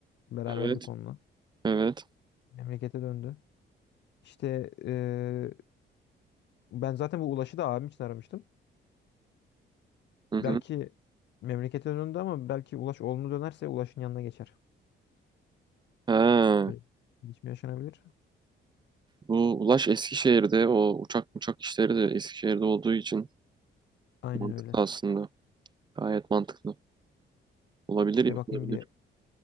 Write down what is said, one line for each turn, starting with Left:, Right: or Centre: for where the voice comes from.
Left: Beraberdik
Right: Evet.
Left: onunla.
Right: Evet.
Left: Memlekete döndü. İşte eee, ben zaten bu Ulaş'ı da abim için aramıştım.
Right: Hı
Left: Belki
Right: hı.
Left: memlekete döndü ama belki Ulaş olumlu dönerse Ulaş'ın yanına geçer.
Right: Ha.
Left: Öyle. Hiç mi yaşanabilir?
Right: Bu Ulaş Eskişehir'de o uçak uçak işleri de Eskişehir'de olduğu için
Left: Aynen
Right: mantıklı
Left: öyle.
Right: aslında. Gayet mantıklı. Olabilir
Left: İşte
Right: yapılabilir.
Left: bakayım bir.